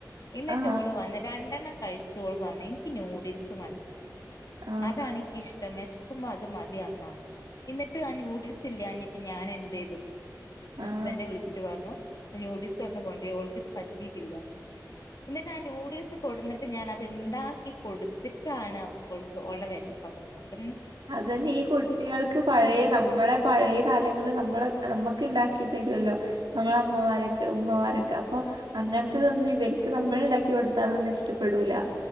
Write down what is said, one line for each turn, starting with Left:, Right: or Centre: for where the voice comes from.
Left: ഇന്ന്ട്ട്
Right: ആഹ്
Left: ഓള് വന്ന് രണ്ടെണ്ണം കഴിച്ചിട്ട് ഓള് പറഞ്ഞ് എനിക്ക് ന്യൂഡിൽസ് മതി.
Right: ആഹ്
Left: അതാണ് ഇക്കിഷ്ടം. വെഷക്കുമ്പൊ അത് മതിയമ്മ ഇന്നിട്ട് ആഹ് ന്യൂഡിൽ- സ് ഇല്ലാഞ്ഞ്ട്ട് ഞാനെന്തെയ്തു ഹസ്ബന്റ്നെ
Right: ആഹ്
Left: വിളിച്ചിട്ട് പറഞ്ഞു. ന്യൂഡിൽസ് അവുട്ന്ന് കൊണ്ട്രീം ഓൾക്ക്ത് പറ്റീട്ടില്ല. ഇന്ന്ട്ട് ആഹ് ന്യൂഡിൽസ് കൊട്ന്ന്- ട്ട് ഞാനത് ഇണ്ടാക്കി കൊട്ത്തിട്ടാണ് ഓൾക്ക് ഓൾടെ വെഷപ്പ് മാ ഇമ്.
Right: അതന്നെ ഈ കുട്ടീൾക്ക് പഴേ നമ്മളെ- പഴയ കാലങ്ങള് നമ്മള് നമ്മക്ക് ഇണ്ടാക്കി തരൊ അല്ലൊ - നമ്മളെ അമ്മമാരൊക്ക ഉമ്മമാരൊക്ക അപ്പൊ- അങ്ങൻത്തതൊന്നും ഇവര്ക്ക് നമ്മള്ണ്ടാക്കി കൊട്ത്താലൊന്ന് ഇഷ്ട്ടപ്പെടൂല.